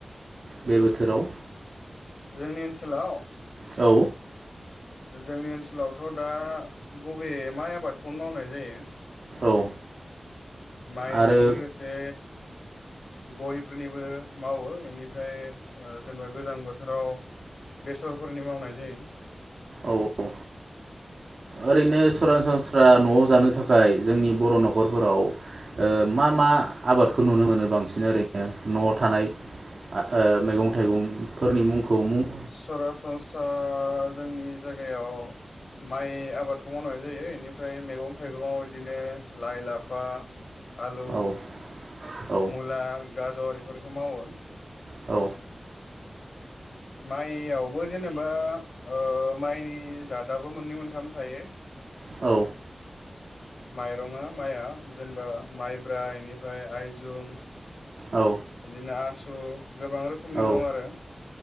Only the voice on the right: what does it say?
बे बोथोराव?
औ
औ
आरो
औ औ ओरैनो सरासनस्रा नआव जानो थाखाय जोंनि बर नखरफोराव ओ मा मा आबादखौ नुनो मोनो बांसिन ओरैनो नआव थानाय ओ मैगं थाइगंफोरनि मुंखौ म
औ औ
औ
औ
औ
औ